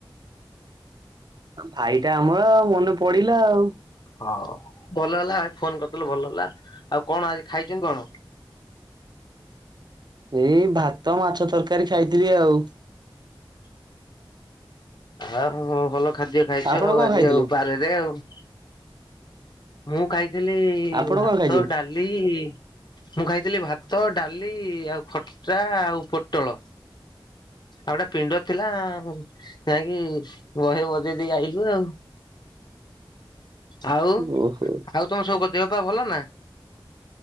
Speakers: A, on the right; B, on the left.
A: ଭାଇଟା ଆମର ଆଉ ମନେ ପଡିଲା ଆଉ।
B: ହଁ ଭଲ ହେଲା ଭାଇ ଫୋନ କରିଦେଲୁ ଭଲ ହେଲା ଆଉ କଣ ଆଜି ଖାଇଛନ୍ତି କଣ?
A: ଏଇ ଭାତ ମାଛ ତରକାରୀ ଖାଇଥିଲି ଆଉ।
B: ଆ ଭଲ ଖାଦ୍ୟ ଖାଇଛୁ
A: ଆପଣ
B: ଆଉ
A: କଣ
B: ଆଜି
A: ଖାଇଥିଲେ
B: ଆଉ ବାରରେ ଆଉ । ମୁଁ ଖାଇଥିଲି
A: ଆପଣ
B: ଭାତ
A: କଣ ଖାଇଛନ୍ତି
B: ଡାଲି ମୁଁ ଖାଇଥିଲି ଭାତ । ଡାଲି ଆଉ ଖଟା ଆଉ ପୋଟଳ । ଆଉ ଗୋଟା ପିଣ୍ଡ ଥିଲା ଆଉ ଯାଇକି ବହେ ବଜେଇ ଦେଇ ଆଇଲି ଆଉ ।
A: <inaudible>
B: ଆଉ
A: ଓହୋ
B: ଆଉ ତମ ସବୁ ଦେହ ପା ଭଲ ନା?